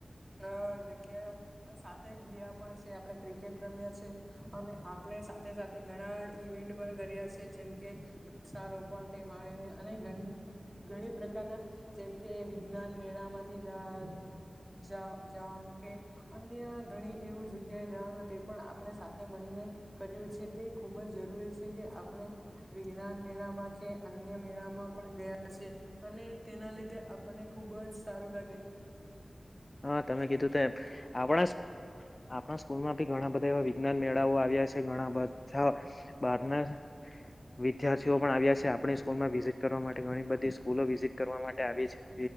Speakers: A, on the right; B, on the left.
A: અ જગ્યા સાથે ગયા પણ છે, આપણે ક્રિકેટ રમ્યા છે અને આ પણે સાથે સાથે ઘણા ઈવેન્ટ પણ કર્યા છે, જેમકે વૃક્ષારોપણને માણીને અને ઘણી ઘણી પ્રકારના જેમ કે વિજ્ઞાનમેળા માંથી જ આ જ જવાનું કે અન્ય ઘણી એવું જ જગ્યાએ જવાનું તે પણ આપણે સાથે મળીને કર્યું છે તે ખુબ જ જરૂરી છે કે આપણે વિજ્ઞાન મેળામાં કે અન્ય મેળામાં પણ ગયા છે, અને તેના લીધે આપણને ખુબ જ સારું લાગે
B: હા, તમે કીધુંતુ એમ આપણા આપણા સ્કૂલમાં બી ઘણા બધા એવા વિજ્ઞાન મેળાઓ આવ્યા છે, ઘણા બધા બારના વિદ્યાર્થીઓ પણ આવ્યા છે, આપણી સ્કૂલમાં વિઝિટ કરવા માટે ઘણી બધી સ્કૂલો વિઝિટ કરવા માટે આવી છે,